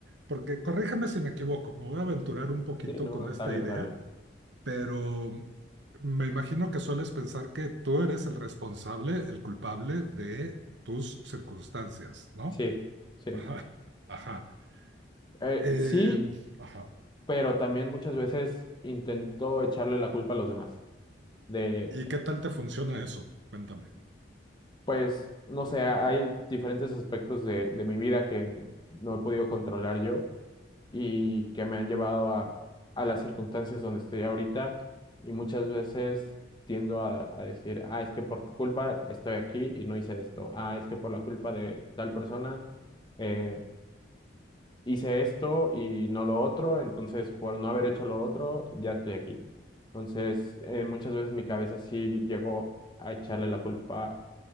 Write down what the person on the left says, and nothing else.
Sí, no,
no,
dale,
dale.
Sí,
sí.
Eh,
sí,
pero también muchas veces intento echarle la culpa a los demás. De,
pues, no sé, hay diferentes aspectos de, de mi vida que no he podido controlar yo y que me han llevado a, a las circunstancias donde estoy ahorita. Y muchas veces tiendo a, a decir, ah, es que por tu culpa estoy aquí y no hice esto. Ah, es que por la culpa de tal persona. eh, hice esto y no lo otro, entonces por no haber hecho lo otro, ya estoy aquí. Entonces, eh, muchas veces mi cabeza sí llegó a echarle la culpa